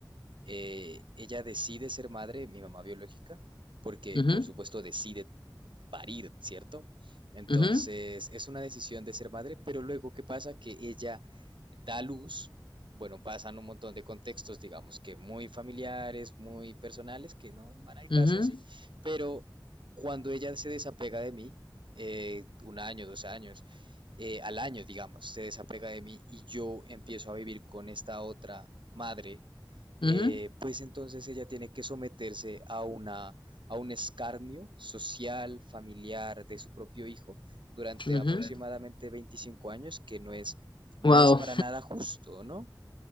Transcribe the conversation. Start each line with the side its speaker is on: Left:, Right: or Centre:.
Right: eh, ella decide ser madre, mi mamá biológica, porque
Left: Ujú,
Right: por supuesto decide parir, ¿cierto? Entonces
Left: ujú,
Right: es una decisión de ser madre, pero luego ¿qué pasa? Que ella da luz, bueno, pasan un montón de contextos, digamos que muy familiares, muy personales, que no van al caso,
Left: ujú,
Right: sí, pero cuando ella se desapega de mí, eh, un año, dos años, eh, al año, digamos, se desapega de mí y yo empiezo a vivir con esta otra madre eh,
Left: ujú,
Right: pues entonces ella tiene que someterse a una, a un escarnio social, familiar de su propio hijo durante
Left: ujú.
Right: aproximadamente 25 años, que no es, no
Left: Wow.
Right: es para nada justo, ¿no?